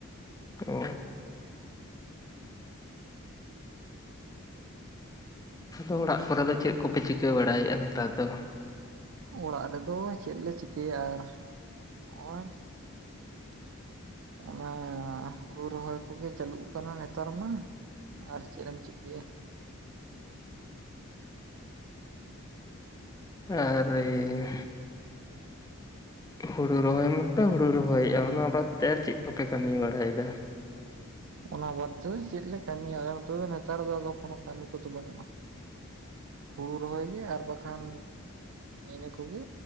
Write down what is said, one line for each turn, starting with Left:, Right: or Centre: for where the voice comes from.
Left: ᱚ ᱟᱫᱚ ᱚᱲᱟᱜ ᱠᱚᱨᱮ ᱫᱚ ᱪᱮᱫ ᱠᱚᱯᱮ ᱪᱤᱠᱟᱹ ᱵᱟᱲᱟᱭᱮᱫᱼᱟ ᱱᱮᱛᱟᱨ ᱫᱚ
Right: ᱚᱲᱟᱜ ᱨᱮᱫᱚ ᱪᱮᱫ ᱞᱮ ᱪᱤᱠᱟᱹᱭᱟ ᱟᱨ ᱱᱚᱜᱼᱚᱭ <inaudible> ᱚᱱᱟ ᱦᱩᱲᱩ ᱨᱚᱦᱚᱭ ᱠᱚᱜᱮ ᱪᱟᱹᱞᱩᱜ ᱠᱟᱱᱟ ᱱᱮᱛᱟᱨ ᱢᱟ ᱟᱨ ᱪᱮᱫ ᱮᱢ ᱪᱤᱠᱟᱹᱭᱟ
Left: ᱟᱨ ᱤᱭᱟᱹ ᱦᱩᱲᱩ ᱨᱚᱦᱚᱭ ᱢᱟᱯᱮ ᱦᱩᱲᱩ ᱨᱚᱦᱚᱭᱮᱫᱼᱟ ᱚᱱᱟ ᱵᱟᱫᱛᱮ ᱟᱨ ᱪᱮᱫ ᱠᱚᱯᱮ ᱠᱟᱹᱢᱤ ᱵᱟᱲᱟᱭᱮᱫᱟ
Right: ᱚᱱᱟ ᱵᱟᱫᱽ ᱛᱮᱫᱚ ᱪᱮᱫ ᱞᱮ ᱠᱟᱹᱢᱤᱭᱟ ᱟᱞᱮ ᱫᱚ ᱱᱮᱛᱟᱨ ᱫᱚ ᱟᱫᱚ ᱠᱳᱱᱳ ᱠᱟᱹᱢᱤ ᱠᱚᱫᱚ ᱵᱟᱹᱱᱩᱜᱼᱟ
Left: <unintelligible>
Right: ᱦᱩᱲᱩ ᱨᱚᱦᱚᱭ ᱜᱮ ᱟᱨ ᱵᱟᱠᱷᱟᱱ ᱤᱱᱟᱹ ᱠᱚᱜᱮ